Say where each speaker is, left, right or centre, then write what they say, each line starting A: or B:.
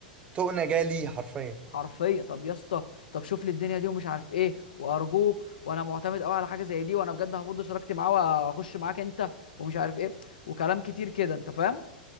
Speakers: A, on the right; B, on the left.
A: طقنا جالي حرفيا
B: حرفيا طب يا اسطى طب شوف لي الدنيا دي ومش عارف ايه وارجوك وانا معتمد قوي على حاجه زي دي وانا بجد هفض شراكتي معاه واخش معاك انت ومش عارف ايه وكلام كتير كده انت فاهم